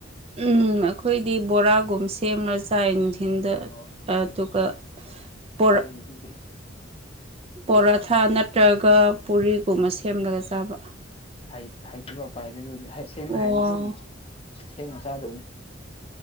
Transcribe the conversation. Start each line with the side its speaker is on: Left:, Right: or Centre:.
Right: ꯎ ꯑꯩꯈꯣꯏꯗꯤ ꯕꯣꯔꯥꯒꯨꯝ ꯁꯦꯝꯅ ꯆꯥꯏ ꯊꯤꯟꯗ
Left: ꯑꯣ
Right: ꯑꯗꯨꯒꯣꯔꯛ
Left: ꯑꯗꯨꯗ
Right: ꯄꯣꯔꯥꯊꯥ ꯅꯠꯇ꯭ꯔꯒ ꯄꯨꯔꯤꯒꯨꯝꯕ ꯁꯦꯝꯂꯒ ꯆꯥꯕ
Left: ꯍꯥꯏꯩꯇꯕꯄꯥꯏꯗ ꯑꯗꯨ ꯁꯦꯝꯃꯦ
Right: ꯑꯣ
Left: ꯍꯥꯏꯗꯤ ꯑꯗꯨꯝ ꯁꯦꯝꯃ ꯆꯥꯗꯕꯅꯤ